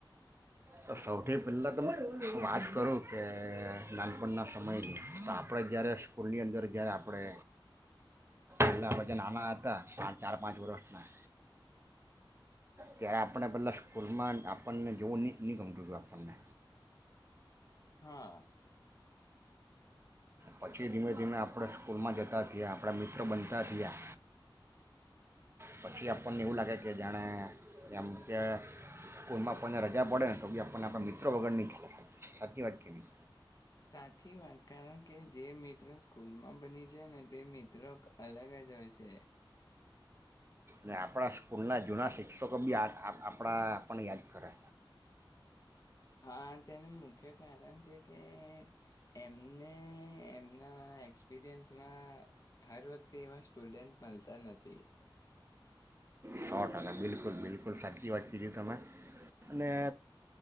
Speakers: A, on the right; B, on the left.
A: તો સૌથી પહેલા તમે વાત કરું કે નાનપણના સમયની આપણે જયારે સ્કૂલની અંદર જયારે આપણે પેલા બધા નાના હતા ચાર પાંચ વર્ષના ત્યારે આપણે પેલા સ્કૂલમાં આપણને જોવું નહી. નિગમ તો લાભવાને
B: હા
A: પછી ધીમે ધીમે આપણે સ્કૂલમાં જતા થયા આપણા મિત્રો બનતા થયા પછી આપણને એવું લાગે કે જાણે જેમ કે સ્કૂલમાં આપણને રજા પડે ને તો બી આપણને આપણા મિત્રો વગર નહી થ સાચી વાત કેવી
B: સાચી વાત કારણ કે જે મિત્રો સ્કૂલમાં બની છે ને તે મિત્રો અલગ જ હોય છે.
A: ને આપણા સ્કૂલના જૂના શિક્ષકો બી આપણા આપણને યાદ કરે.
B: હા તેનું મુખ્ય કારણ છે કે એમને એમના એક્સપિરિયન્સમાં હર વખતે એવા સ્ટુડન્ટ મલતા નથી
A: સો ટકા બિલકુલ બિલકુલ સાચી વાત કીધી તમે અને